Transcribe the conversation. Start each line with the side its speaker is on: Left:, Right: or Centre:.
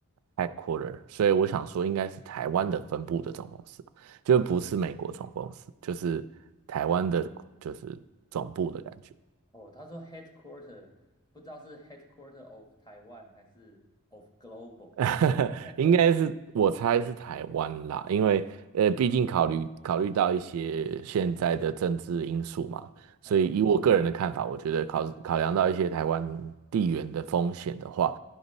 Right: headquarter，所以我想说应该是台湾的分部的总公司，就不是美国总公司，就是台湾的，就是总部的感觉。
Left: 哦，他说 headquarter，不知道是 headquarter of Taiwan 还是 of global。
Right: <laughs>
Left: <laughs>
Right: 应该是我猜是台湾啦，因为呃，毕竟考虑考虑到一些现在的政治因素嘛，所以以我个人的看法，
Left: 嗯，
Right: 我觉得考考量到一些台湾地缘的风险的话，